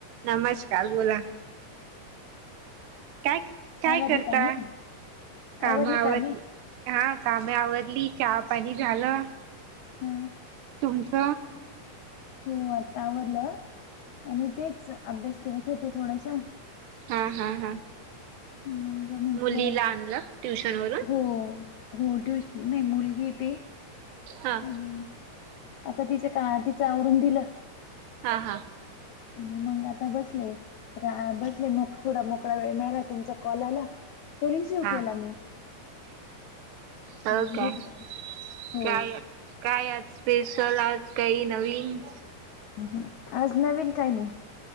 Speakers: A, on the right; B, on the left.
A: नमस्कार बोला. काय काय
B: आवरली
A: करता
B: कामे
A: काम
B: आवरली
A: आव
B: कामे
A: हा कामे आवरली चहा पाणी झालं.
B: हम.
A: तुमच?
B: हो आता आवरलं आणि तेच अभ्यास करत होते थोडसा.
A: हा हा हा.
B: मग म्हंटलं
A: मुलीला आणलं ट्युशन वरून?
B: हो हो ट्युशन नाही मुलगी ते
A: हा
B: आणि आता तिच का तिचं आवरुन दिलं.
A: हा हा.
B: आणि मग आता बसले तर आ बसले मग. थोडा मोकळा वेळ मिळाला तुमचा कॉल आला त रिसिव्ह
A: हा
B: केला मी.
A: हो
B: हं,
A: काय
B: घेतला हो
A: काय.
B: हं,
A: काय आज स्पेशल आज काही नवीन.
B: ह हम आज नवीन काय नाही.